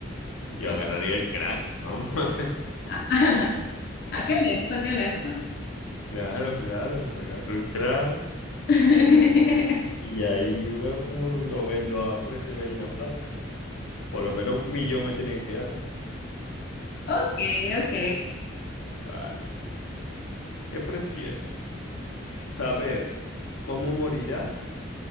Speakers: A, on the left; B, on the left.
A: yo
B: ¿Qué-
A: agarraría el crack, vamos. <laughs>
B: Ah, <laughs> ah, qué honesto, qué honesto.
A: Claro, claro, agarro el crack
B: <laughs>
A: y ahí veo cómo lo vendo a precio de gallina flaca. Por lo menos un millón me tiene que quedar.
B: Ok, ok.
A: Vale. ¿Qué prefieres? ¿Saber cómo morirás